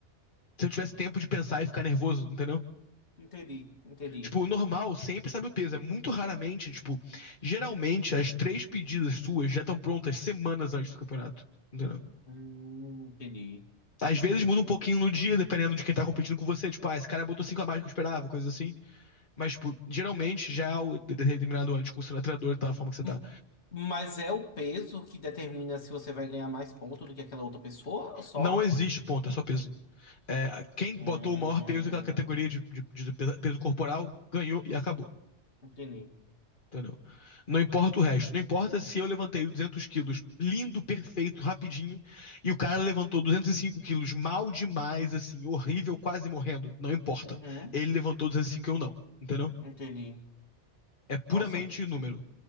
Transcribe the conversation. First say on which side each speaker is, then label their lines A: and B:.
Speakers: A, on the left; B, on the left.
A: Se eu tivesse tempo de pensar e ficar nervoso, entendeu?
B: Entendi, entendi.
A: Tipo, o normal sempre sabe o peso. É muito raramente, tipo, geralmente as três pedidas suas já estão prontas semanas antes do campeonato. Entendeu?
B: Hum, entendi.
A: Às vezes muda um pouquinho no dia, dependendo de quem tá competindo com você. Tipo, ah, esse cara botou cinco a mais do que eu esperava, coisa assim. Mas, tipo, geralmente já é algo determinado antes, com o seu treinador e tal, a forma que você
B: Hum,
A: tá.
B: Mas é o peso que determina se você vai ganhar mais ponto do que aquela outra pessoa, só?
A: Não existe ponto, é só peso. É, quem
B: Hum,
A: botou o maior peso naquela categoria de, de- de peso corporal ganhou e acabou.
B: entendi.
A: Entendeu? Não importa o resto. Não importa se eu levantei 200 quilos lindo, perfeito, rapidinho, e o cara levantou 205 quilos mal demais, assim, horrível, quase morrendo. Não importa.
B: Uhum,
A: Ele levantou 205 e cinco e eu não. Entendeu?
B: entendi.
A: É puramente
B: Nossa.
A: número.